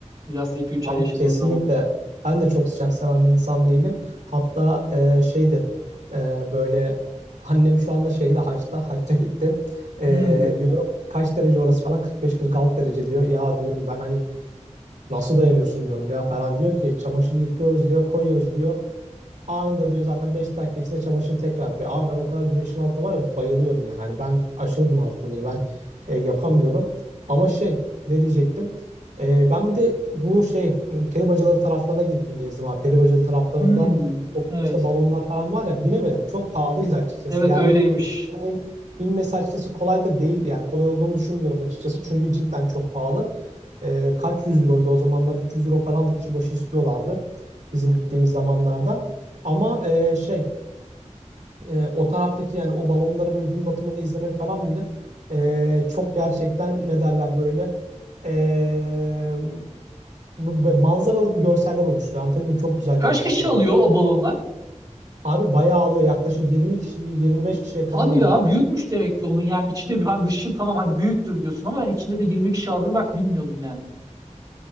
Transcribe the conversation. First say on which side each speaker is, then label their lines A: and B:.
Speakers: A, on the right (about 30°); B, on the right (about 85°).
A: Bilhassa 2-3
B: Abi
A: ay yaşadığın
B: kesinlikle.
A: zaman.
B: Ben de çok sıcak seven bir insan değilim. Hatta e, şeydi e, böyle annem şu anda şeyde hacda, hacca gitti. E,
A: Hmm,
B: diyorum kaç derece orası falan 45-46 derece diyor. Ya diyorum ben hani Nasıl dayanıyorsun diyorum ya falan diyor ki çamaşırı yıkıyoruz diyor koyuyoruz diyor. Anında diyor zaten 5 dakika içinde çamaşır tekrar kuruyor. Abi ben o kadar güneşin altında var ya bayılıyorum yani. Hani ben aşırı bunaltıyor beni. Ben e, yapamıyorum. Ama şey ne diyecektim? E, ben bir de bu şey m, peri bacaları taraflarına gittim gezdim abi. Peri bacalı taraflarında
A: hmm.
B: o
A: Evet.
B: işte balonlar falan var ya binemedim. Çok pahalıydı açıkçası.
A: Evet
B: Yerli
A: öyleymiş.
B: yani binmesi açıkçası kolay da değil. Yani kolay olduğunu düşünmüyorum açıkçası. Çünkü cidden çok pahalı. E, kaç yüz euroydu o zamanlar? 300 euro falan da kişi başı istiyorlardı bizim gittiğimiz zamanlarda. Ama e, şey e, o taraftaki yani o balonları böyle gün batımında izlemek falan bile e, çok gerçekten ne derler böyle e, bu- bu- manzaralık görseller oluşturuyor. Anlatabiliyor muyum? Çok güzel
A: Kaç
B: görseller
A: kişi
B: oluyor.
A: alıyor o balonlar?
B: Abi bayağı alıyor. Yaklaşık 20 kişi 25 kişiye
A: Hadi
B: kadar alıyor.
A: ya büyükmüş demek ki onun yani içi de hani dışı tamam hadi büyüktür diyorsun ama ben içinde de 22 kişi aldığını bak bilmiyordum yani.